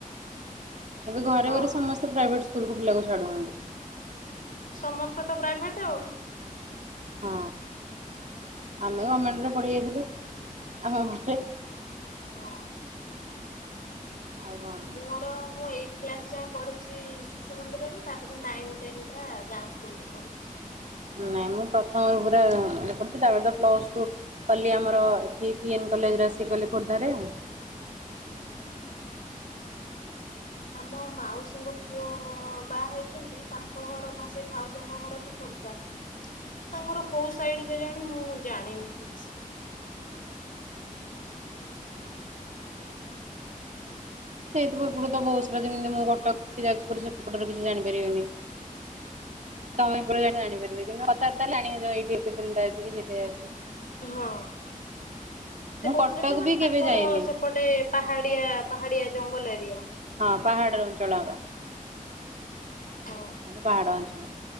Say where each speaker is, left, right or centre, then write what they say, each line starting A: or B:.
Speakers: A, on the right; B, on the left.
A: ଏବେ ଘରେ
B: ହଁ
A: ଘରେ ସମସ୍ତେ ପ୍ରାଇଭେଟ୍ ସ୍କୁଲକୁ ପିଲା ଛାଡ଼ୁନାହାନ୍ତି।
B: ସମସ୍ତେ ତ ପ୍ରାଇଭେଟ୍ ଆଉ।
A: ହଁ ଆମେ ଗମେଣ୍ଟରେ ପଡ଼ିିଯାଇଥିଲୁ ଆମେ ପଟେ।
B: ହଁ,
A: ଆଉ କଣ
B: ମୁଁ ମ ତ ମୁଁ ଏଇଟ୍ କ୍ଲାସ୍ ଯାଏଁ ପଢିଛି ଶିଶୁ ମନ୍ଦିରରେ ତାପରେ ନାଇନ୍ ଟେନ୍ ଟା ଗାଁ ସ୍କୁଲରେ ପଢଛି।
A: ନାଇଁ ମୁଁ ପ୍ରଥମରୁ ପୁରା ମନେ ପଢ଼ିଛି ତାପରେ ତ ପ୍ଲସ୍ ଟୁ କଲି ଆମର ଏଠି ପି ଏନ୍ କଲେଜରେ ଆସି କଲି ଖୋର୍ଦ୍ଧାରେ।
B: ଓ, ହଁ। ଆମ ମାଉସୀଙ୍କ ପୁଅ ହଁ ବାହା ହେଇଛନ୍ତି ତାଙ୍କ ଘର ଭା ସେଇ ଭାଉଜଙ୍କ ଘର ବି ଖୋର୍ଦ୍ଧା। ତାଙ୍କର କୋଉ ସାଇଡ୍ କେଜାଣି ମୁଁ ଜାଣିନି ଠିକ୍ ସେ।
A: ହେଇଥିବ ଏପଟେ ତ ବହୁତସାରା ଯେମିତି ମୁଁ କଟକ କି ଯାଜପୁର ସେପଟରେ କିଛି ଜାଣିପାରିବେନି? ତମେ ପୁରା ଏ ଜାଣିପାରିବେ, କିନ୍ତୁ କଥାବାର୍ତ୍ତା ହେଲେ ଜାଣିହେଇଯିବ ଏଇଠି ଲୋକେସନ୍ ଟା ଅଛି କି ସେଠି ଅଛି।
B: ହଁ ସେ
A: ମୁଁ
B: କହୁଥିଲେ
A: କଟକ
B: ଯେ ମାନେ
A: ବି
B: ତାଙ୍କର
A: କେବେ ଯାଇନି
B: ସେପଟେ ପାହାଡିଆ, ପାହାଡିଆ ଜଙ୍ଗଲ ଏରିଆ।
A: ହଁ ପାହାଡ଼ର ଅଞ୍ଚଳ ଆମର।
B: ହଁ
A: ଆମର ପାହାଡ ଅଞ୍ଚଳ,